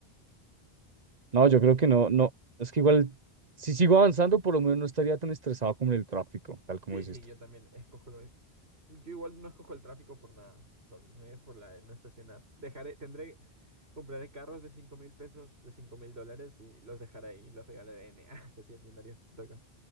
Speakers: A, on the right (about 45°); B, on the right (about 80°).
A: No, yo creo que no, no, es que igual, si sigo avanzando, por lo menos no estaría tan estresado como en el tráfico, tal como
B: Sí,
A: dices
B: sí,
A: tú.
B: yo también escojo lo mismo. Yo igual no escojo el tráfico por nada. Entonces, me voy por la de no estacionar. Dejaré, tendré, compraré carros de cinco mil pesos, de cinco mil dólares y los dejaré ahí, los regalaré en, <laughs> hasta 100 millonarios. Te toca.